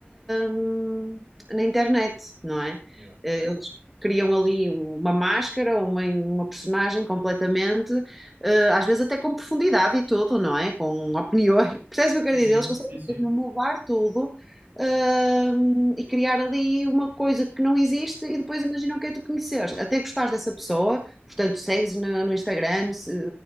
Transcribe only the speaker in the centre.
hum, na internet, não é?
Eh, Eles criam ali uma máscara, uma, uma personagem completamente, eh, às vezes até com profundidade e tudo, não é? Com opiniões. <laughs> Percebes o que eu quero
dizer?
Eles conseguem
mesmo mudar tudo. hum, e criar ali uma coisa que não existe e depois imaginam que é tu conheceres. Até gostares dessa pessoa, Portanto, segues no, no Instagram, se-